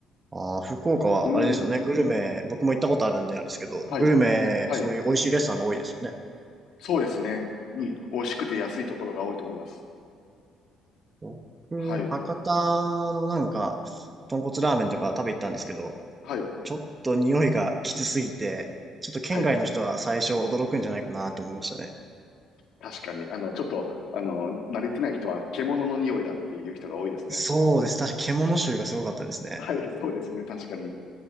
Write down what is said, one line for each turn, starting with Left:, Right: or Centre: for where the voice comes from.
Right: ああ、福岡は、
Left: うん。
Right: あれですよね。グルメ、僕も行ったことあるんであれですけど、
Left: はい。
Right: グルメ、
Left: はい。
Right: そういう美味しいレストランが多いですよね。
Left: そうですね。うん。美味しくて安いところが多いと思います。
Right: 僕、
Left: はい。
Right: 博多のなんか、豚骨ラーメンとか食べ行ったんですけど、
Left: はい。
Right: ちょっと匂いがきつすぎて、ちょっと県外の人は最初驚くんじゃないかなと思いましたね。
Left: はい。確かに。あの、ちょっと、あの、慣れてない人は獣の匂いだっていう人が多いですね。
Right: そうです。確かに獣臭がすごかったですね。
Left: はい。そうですね。確かに。